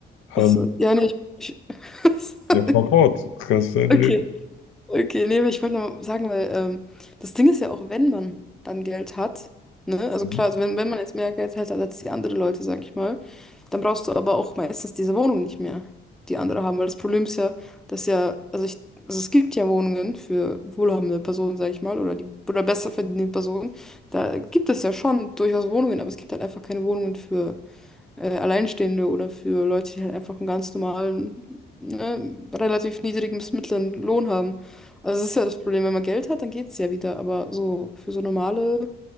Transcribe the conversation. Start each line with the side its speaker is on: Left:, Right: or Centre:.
Left: Ähm,
Centre: Achso, ja, nee. Ich, ich,
Left: ja,
Centre: <laughs>
Left: fahr fort. Kannst du gerne
Centre: okay,
Left: reden.
Centre: okay, nee, aber ich wollte noch sagen, weil ähm, das Ding ist ja auch, wenn man dann Geld hat, ne? Also
Left: Mhm.
Centre: klar, also wenn, wenn man jetzt mehr Geld hat als die anderen Leute, sag ich mal. Dann brauchst du aber auch meistens diese Wohnung nicht mehr, die andere haben. Weil das Problem ist ja, dass ja, also ich, also es gibt ja Wohnungen für wohlhabende Personen, sag ich mal, oder die oder besser verdienende Personen. Da gibt es ja schon durchaus Wohnungen, aber es gibt halt einfach keine Wohnungen für äh, Alleinstehende oder für Leute, die halt einfach einen ganz normalen, ne, relativ niedrigen bis mittleren Lohn haben. Also das ist ja das Problem, wenn man Geld hat, dann geht's ja wieder, aber so für so normale